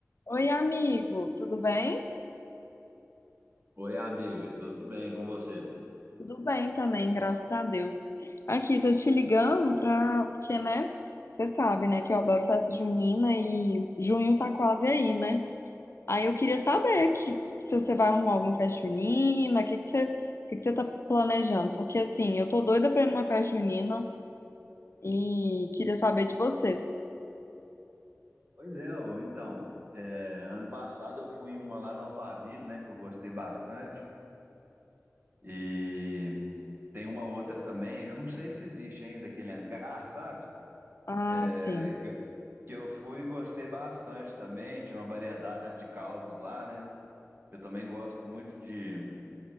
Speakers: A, on the left (about 55°); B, on the right (about 40°).
A: Oi, amigo, tudo bem?
B: Oi, amiga, tudo bem com você?
A: Tudo bem também, graças a Deus. Aqui, tô te ligando pra... Porque, né, você sabe, né, que eu adoro festa junina e junho tá quase aí, né? Aí eu queria saber que se você vai arrumar alguma festa junina, o que que você, o que que você tá planejando? Porque, assim, eu tô doida pra ir numa festa junina e queria saber de você.
B: Pois é, ô, então, é, ano passado eu fui em uma lá no Alphaville, né, que eu gostei bastante, e tem uma outra também, eu não sei se existe ainda aquele hangar, sabe?
A: Ah,
B: É,
A: sim.
B: que, eu- que eu fui e gostei bastante também, tinha uma variedade de caldos lá, né? Eu também gosto muito de,